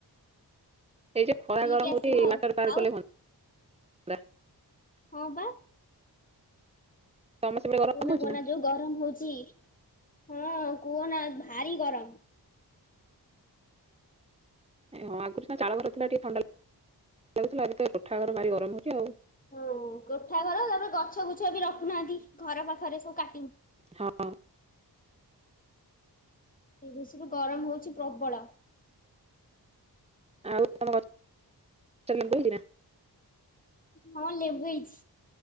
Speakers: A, on the right; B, on the left.
A: ସେଇ ଯେ ଖଳା
B: ବୁଲିକି
A: ଗରମ
B: ଆସିମୁ
A: ହଉଚି
B: ଆଉ
A: ୱାଟର ପାର୍କ
B: ଆଉ
A: ଗଲେ <unintelligible>
B: ହଁ ପା।
A: ତମ ସେପଟେ ଗରମ
B: କୁହନା
A: ହଉଛି
B: କୁହନା
A: ନା?
B: ଯୋଉ ଗରମ ହଉଚି। ହଁ କୁହନା ଭାରି ଗରମ।
A: ହଁ ଆଗରୁ ସିନା ଚାଳ ଘର ଥିଲା ଟିକିେ ଥଣ୍ଡା ଲ ଲଥିଲା ଏବେ ତ ଟୋଠା ଘର ଭାରି ଗରମ ହେଉଚି ଆଉ।
B: ହଁ କୋଠା ଘର ତାପରେ ଗଛ ଗୁଛ ବି ରଖୁନାହାନ୍ତି ଘର ପାଖରେ ସବୁ କା
A: ହଁ।
B: ଏ ବର୍ଷରୁ ଗରମ ହଉଚି ପ୍ରବଳ।
A: <unintelligible>
B: ହଁ ଲେମ୍ବୁ ହେଇଚି।